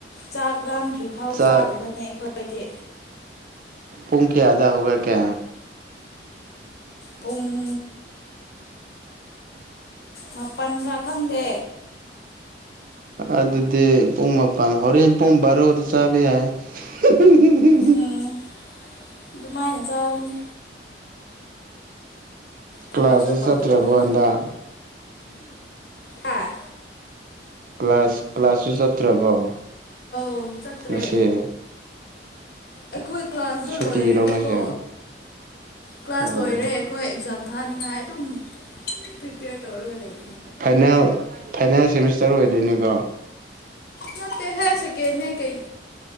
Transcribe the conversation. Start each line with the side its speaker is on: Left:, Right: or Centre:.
Left: ꯆꯥꯛ ꯂꯥꯟꯗ꯭ꯔꯤꯐꯥꯎ
Right: ꯆꯥꯛ
Left: ꯆꯥꯗꯕꯅꯦ ꯑꯩꯈꯣꯏꯗꯤ
Right: ꯄꯨꯡ ꯀꯌꯥꯗꯥꯥ ꯍꯧꯒꯠꯀꯦ
Left: ꯄꯨꯡ ꯃꯥꯄꯟꯔ ꯈꯪꯗꯦ
Right: ꯑꯗꯨꯗꯤ ꯄꯨꯡ ꯃꯥꯄꯟ ꯍꯣꯔꯦꯟ ꯄꯨꯡ ꯕꯥꯔꯣꯗ ꯆꯥꯕ ꯌꯥꯏ <inaudible>
Left: ꯎꯝ ꯑꯗꯨꯃꯥꯏꯅ ꯆꯥꯕꯅꯤ ꯊꯕꯛꯁꯨ
Right: ꯀ꯭ꯂꯥꯁꯁꯨ
Left: ꯇꯧꯗꯕꯅꯤꯅ
Right: ꯆꯠꯇ꯭ꯔꯕꯣ ꯍꯟꯗꯛ
Left: ꯍꯥꯥ
Right: ꯀ꯭ꯂꯥꯁ ꯀ꯭ꯂꯥꯁꯁꯨ ꯆꯠꯇ꯭ꯔꯕꯣ
Left: ꯑꯣ ꯆꯠꯇꯔꯦ
Right: ꯉꯁꯤ
Left: ꯑꯩꯈꯣꯏ ꯀ꯭ꯂꯥꯁꯇꯣ
Right: ꯁꯨꯇꯤꯔꯣ
Left: ꯂꯣꯏꯔꯦꯕꯀꯣ
Right: ꯉꯁꯤ
Left: ꯀ꯭ꯂꯥꯁ
Right: ꯑꯣ
Left: ꯂꯣꯏꯔꯦ ꯑꯩꯈꯣꯏ ꯑꯦꯛꯖꯥꯝ ꯊꯥꯅꯤꯡꯉꯥꯏ ꯑꯗꯨꯝ ꯄ꯭ꯔꯤꯄꯦꯌꯔ ꯇꯧꯔꯒ ꯂꯩ
Right: ꯐꯥꯏꯅꯦꯜ ꯐꯥꯏꯅꯦꯜ ꯁꯦꯃꯤꯁꯇꯔ ꯑꯣꯏꯗꯣꯏꯅꯤꯀꯣ
Left: ꯅꯠꯇꯦꯍꯦ ꯁꯦꯀꯦꯟꯅꯦ ꯀꯩ